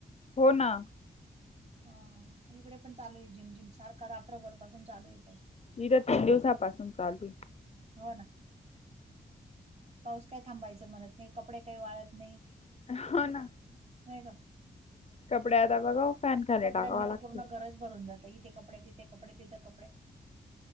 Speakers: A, on the left; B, on the right.
A: हो ना.
B: हा, इकडे पण चालू आहे, जिम-जिम, सारखा रात्रभर पासून चालू आहे.
A: इथ तीन दिवसापाासून चालूये.
B: हो ना. पाऊस काय थांबायचं म्हणत नाही, कपडे काही वाढत नाही.
A: आहे. हो ना,
B: नाही का?
A: कपडे् आता बघाव, फॅन खाली
B: कपड्यांनी
A: टाकाव
B: तर
A: लागते
B: पूर्ण घरच भरून जात, इथे कपडे, तिथे कपडे, तिथे कपडे